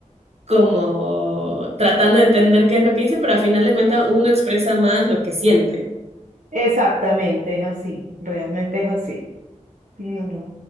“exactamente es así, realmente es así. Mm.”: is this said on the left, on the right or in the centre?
Right